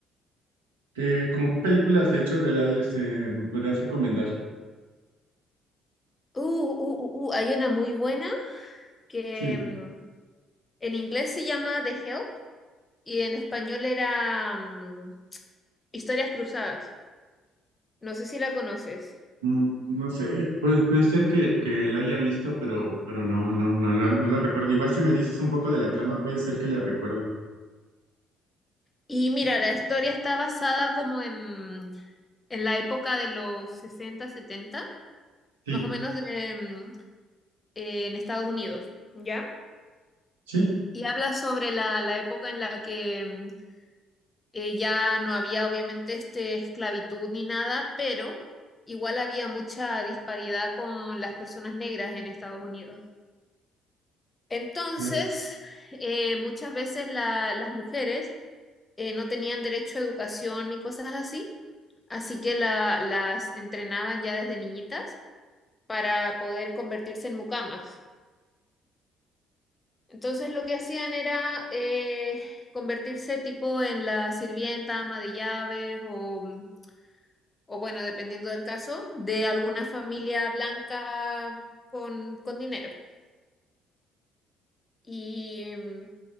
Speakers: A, on the right; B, on the left.
A: ¿Qué, como qué películas de hechos reales eh, me podrías recomendar?
B: Uh, uh, uh, uh, hay una muy buena que
A: Sí.
B: mm, en inglés se llama The Help y en español era mm, Historias Cruzadas. No sé si la conoces.
A: Mm, No sé, puede, puede ser que, que la haya visto, pero, pero no, no, no, la- no la recuerdo. Igual si me dices un poco de la trama, puede ser que la recuerde.
B: Y mira, la historia está basada como en, en la época de los 60 70,
A: Sí,
B: más o menos de, mm, en Estados Unidos, ¿ya?
A: sí,
B: Y habla sobre la, la época en la que mm, eh, ya no había obviamente este esclavitud ni nada, pero igual había mucha disparidad con las personas negras en Estados Unidos. Entonces,
A: ya,
B: eh, muchas veces la- las mujeres eh, no tenían derecho a educación ni cosas así, así que la- las entrenaban ya desde niñitas para poder convertirse en mucamas. Entonces lo que hacían era eh, convertirse tipo en la sirvienta, ama de llaves o mm, o bueno, dependiendo del caso, de alguna familia blanca con, con dinero. Y mm,